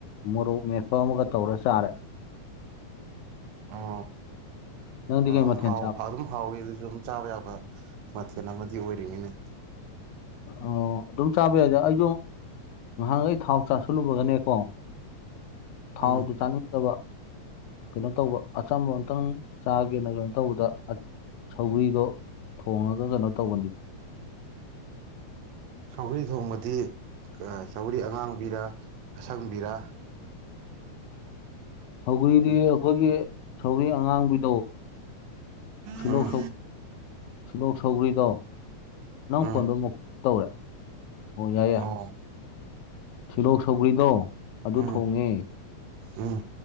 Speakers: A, on the left; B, on the right.
A: ꯃꯣꯔꯣꯛ ꯃꯦꯠꯄ ꯑꯃꯒ ꯇꯧꯔ ꯆꯥꯔꯦ
B: ꯑꯣ
A: ꯅꯪꯗꯤ
B: ꯑꯗꯨꯝ
A: ꯀꯩ ꯃꯊꯦꯜ
B: ꯍꯥꯎ
A: ꯆꯥꯕ
B: ꯑꯗꯨꯝ ꯍꯥꯎꯋꯤ ꯑꯗꯨꯁꯨ ꯑꯗꯨꯝ ꯆꯥꯕ ꯌꯥꯕ ꯃꯊꯦ ꯃꯊꯦꯜ ꯑꯃꯗꯤ ꯑꯣꯏꯔꯤꯅꯤꯅꯦ
A: ꯑꯣ ꯑꯗꯨꯝ ꯆꯥꯕ ꯌꯥꯢꯗ ꯑꯩꯖꯨ ꯉꯍꯥꯟꯒꯩ ꯊꯥꯎ ꯆꯥꯥꯁꯜꯂꯨꯕꯒꯅꯦꯀꯣ ꯊꯥꯎꯗꯨ
B: ꯎꯝ
A: ꯆꯥꯅꯤꯡꯗꯕ ꯀꯩꯅꯣ ꯇꯧꯕ ꯑꯆꯝꯕ ꯑꯝꯇꯪ ꯆꯥꯒꯦꯅ ꯀꯩꯅꯣ ꯇꯧꯕꯗ ꯁꯧꯒ꯭ꯔꯤꯗꯣ ꯊꯣꯡꯉꯒ ꯀꯩꯅꯣ ꯇꯧꯕꯅꯤꯗ
B: ꯁꯧꯒ꯭ꯔꯤ ꯊꯣꯡꯕꯗꯤ ꯁꯧꯒ꯭ꯔꯤ ꯑꯉꯥꯡꯕꯤꯔꯥ ꯑꯁꯪꯕꯤꯔꯥ
A: ꯁꯧꯒꯔ꯭ꯤꯗꯤ ꯑꯩꯈꯣꯏꯒꯤ ꯁꯧꯒꯔꯤ ꯑꯉꯥꯡꯕꯤꯗꯣ ꯁꯤꯜꯂꯣꯛ
B: ꯎꯝ
A: ꯁꯧ ꯁꯤꯜꯂꯣꯛ ꯁꯧꯒ꯭ꯔꯤꯗꯣ ꯅꯪ
B: ꯎꯝ
A: ꯀꯣꯜꯗꯣ ꯑꯃꯨꯛ ꯇꯧꯔꯦ ꯍꯣ ꯌꯥꯏ ꯌꯥꯢ
B: ꯑꯣ
A: ꯁꯤꯂꯣꯛ ꯁꯧꯒ꯭ꯔꯤꯗꯣ ꯑꯗꯨ
B: ꯎꯝ
A: ꯊꯣꯡꯉꯦ
B: ꯎꯝ